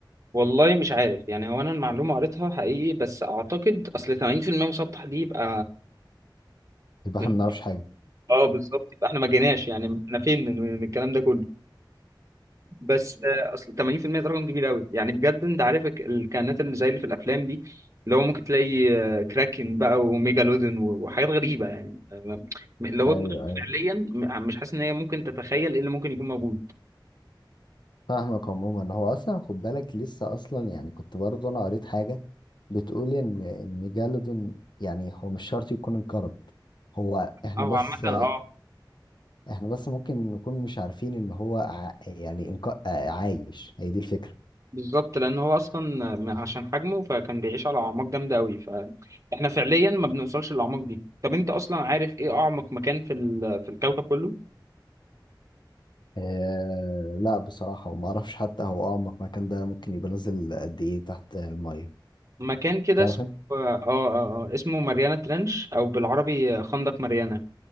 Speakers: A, on the right; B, on the left.
A: والله مش عارف يعني هو انا المعلومة قريتها حقيقي بس اعتقد اصل 80% مسطح دي يبقى
B: يبقى
A: من-
B: احنا ما نعرفش حاجه
A: اه بالظبط يبقى احنا ما جيناش يعني احنا فين من من الكلام ده كله بس آه، اصل 80% ده رقم كبير قوي يعني بجد انت عارف الك- الكائنات اللي زي اللي في الافلام دي اللي هو ممكن تلاقي آه، كراكن بقى وميجالودون و- وحاجات غريبه يعني آه، اللي هو
B: ايوه
A: دماغك
B: ايوه
A: فعليا م- مش حاسس ان هي ممكن تتخيل ايه اللي ممكن يكون موجود
B: فاهمك عموما هو اصلا خد بالك لسه اصلا يعني كنت برضه انا قريت حاجه بتقول ان الميجالودون يعني هو مش شرط يكون انقرض هو احنا
A: او
B: بس
A: عامه اه
B: احنا بس ممكن نكون مش عارفين ان هو ع... يعني انك... آه، عايش هي دي الفكرة
A: بالظبط لان هو اصلا م- عشان حجمه فكان بيعيش على اعماق جامده قوي فاحنا فعليا ما بنوصلش للاعماق دي طب انت اصلا عارف ايه اعمق مكان في ال- في الكوكب كله
B: آه... لا بصراحة وما اعرفش حتى هو اعمق مكان ده ممكن يبقى نازل قد ايه تحت المية
A: مكان كده
B: تعرف
A: اسمه
B: انت
A: اه اه اه اسمه ماريانا ترنش او بالعربي خندق ماريانا